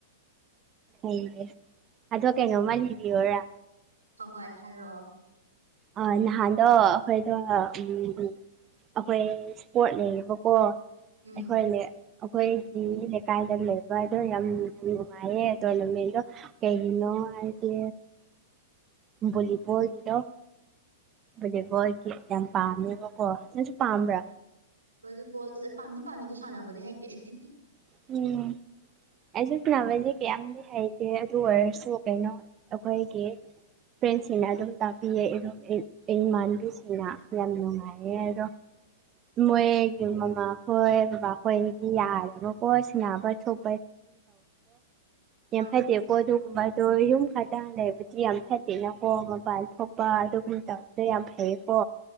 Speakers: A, on the right (about 25°); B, on the right (about 75°).
A: ꯎꯝ ꯍꯗꯦ ꯑꯗꯣ ꯀꯩꯅꯣꯝꯃ ꯂꯤꯕꯤꯌꯣꯔꯥ?
B: ꯍꯣ ꯍꯣꯏ ꯍꯥꯏꯔꯛꯑꯣ
A: ꯑ ꯅꯍꯥꯟꯗꯣ ꯑꯈꯣꯏꯗꯣ ꯎꯝ ꯑꯈꯣꯏ ꯁꯄꯣꯔꯠ ꯂꯩꯌꯦꯕꯀꯣ
B: ꯎꯝ
A: ꯑꯈꯣꯏꯅꯦ ꯑꯩꯈꯣꯏꯒꯤ ꯂꯩꯀꯥꯏꯗ ꯂꯩꯕ ꯑꯗꯣ ꯌꯥꯝꯅ ꯅꯨꯡꯉꯥꯏꯌꯦ ꯇꯣꯔꯅꯥꯃꯦꯟꯗꯣ ꯀꯩꯒꯤꯅꯣ ꯍꯥꯏꯗꯤ ꯕꯣꯂꯤꯕꯣꯜ ꯒꯤꯗꯣ ꯌꯦꯒꯣꯒꯤ ꯌꯥꯝ ꯄꯥꯝꯃꯦꯕꯀꯣ ꯅꯪꯁꯨ ꯄꯥꯝꯕ꯭ꯔꯥ?
B: ꯕꯣꯂꯤꯕꯣꯜ ꯄꯥꯝꯗꯤ ꯄꯥꯝꯃꯦ ꯑꯗꯨ ꯁꯥꯟꯅꯕꯗꯤ ꯍꯩꯇꯦ꯫
A: ꯎꯝ ꯑꯩꯁꯨ ꯁꯥꯟꯅꯕꯁꯦ ꯀꯌꯥꯝꯗꯤ ꯍꯩꯇꯦ ꯑꯗꯨ ꯑꯣꯏꯔꯁꯨ ꯀꯩꯅꯣ ꯑꯩꯈꯣꯏꯒꯤ ꯐ꯭ꯔꯦꯟꯁꯤꯡꯅ ꯑꯗꯨꯝ ꯇꯥꯛꯄꯤꯌꯦ ꯑꯩ ꯏꯃꯥꯟꯕꯤꯁꯤꯡꯅ ꯌꯥꯝ ꯅꯨꯡꯉꯥꯏꯌꯦ ꯑꯗꯣ ꯃꯣꯏꯒꯤ ꯃꯃꯥꯈꯣꯏ ꯕꯕꯥꯈꯣꯏꯗꯤ ꯌꯥꯔꯦꯕꯀꯣ ꯁꯤꯅꯕ ꯊꯣꯛ
B: ꯑꯥ
A: <unintelligible> ꯀꯣ ꯑꯗꯨꯒꯨꯝꯕꯗꯣ ꯌꯨꯝ ꯈꯗ ꯂꯩꯕꯗꯤ ꯌꯥꯝ ꯐꯠꯇꯦꯅꯀꯣ ꯃꯄꯥꯟ ꯊꯣꯛꯄ ꯑꯗꯨꯒꯨꯝꯕ ꯇꯧ ꯑꯗꯨ ꯌꯥꯝ ꯐꯩꯌꯦ ꯀꯣ